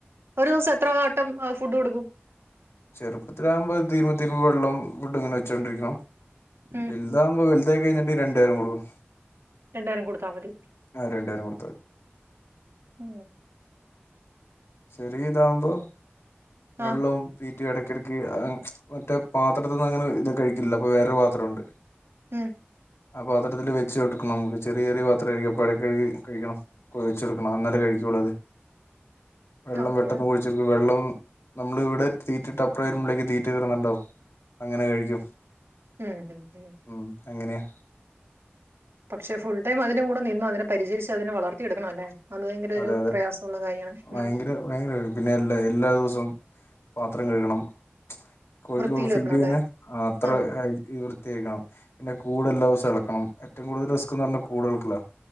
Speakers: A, on the right; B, on the left.
A: ഒരു ദിവസം എത്ര വട്ടം ഫുഡ് കൊടുക്കും?
B: ചെറുപ്പത്തിലാവുമ്പോ തീരുമ്പോ തീരുമ്പോ വെള്ളവും, ഫുഡും ഇങ്ങനെ വെച്ചോണ്ടിരിക്കണം.
A: ഉം
B: വലുതാവുമ്പോ വലുതായി കഴിഞ്ഞിട്ട്. രണ്ടു നേരം കൊടുക്കും
A: രണ്ടായിരം കൊടുത്താ മതി.
B: ആ രണ്ടായിരം കൊടുത്താൽ മതി
A: ഓ
B: ചെറിയ ഇതാവുമ്പോ വെള്ളവും
A: ആ
B: തീറ്റയും എടക്കിടക്ക് ആ- മറ്റേ പാത്രത്തിന്ന് അങ്ങനെ ഇത് കഴിക്കില്ല, അപ്പൊ വേറൊരു പാത്രം ഒണ്ട്.
A: മ് -
B: ആ പാത്രത്തില് വെച്ച് കൊടുക്കണം, നമുക്ക് ചെറിയ ചെറിയ പാത്രം ആയിരിക്കും, അപ്പം ഇടയ്ക്കിടയ്ക്ക് കഴിക്കണം, വെച്ച് കൊടുക്കണം അന്നല്ലേ കഴിക്കുള്ളത്. വെള്ളം
A: ഓക്കെ
B: പെട്ടെന്ന്
A: ആ
B: കുടിച്ച് തീർക്കും, വെള്ളം നമ്മൾ ഇവിടെ തീറ്റിട്ട് അപ്പ്രേ വരുമ്പളേക്ക് തീറ്റ തീർന്നിണ്ടാവും, അങ്ങനെ കഴിക്കും-
A: മ് മ് <unintelligible>
B: ഉം അങ്ങനെയാ
A: പക്ഷെ ഫുൾ ടൈം അതിന്റെ കൂടെ നിന്ന് അതിനെ പരിചരിച്ച് അതിനെ വളർത്തിയെടുക്കണം അല്ലേ.? അത് ഭയങ്കര
B: അതെ,
A: ഒരു
B: അതെ
A: പ്രയാസമുള്ള കാര്യമാണ്
B: ഭയങ്കര
A: ഉം.
B: ഭയങ്കര ഒരു പിന്നെ എല്ലാ എല്ലാ തേസോം പാത്രം കഴുകണം കോഴിക്കു
A: വൃത്തിയിൽ
B: ഫീഡ്
A: വെക്കണം
B: ചെയ്യുന്ന
A: അല്ലേ
B: അത്ര
A: ആ
B: വൃത്തിയായിരിക്കണം പിന്നെ കൂട് എല്ലാ ദിസോം എലക്കണം, ഏറ്റവും കൂടുതൽ റിസ്ക് എന്ന് പറഞ്ഞാൽ കൂട് എളക്കലാ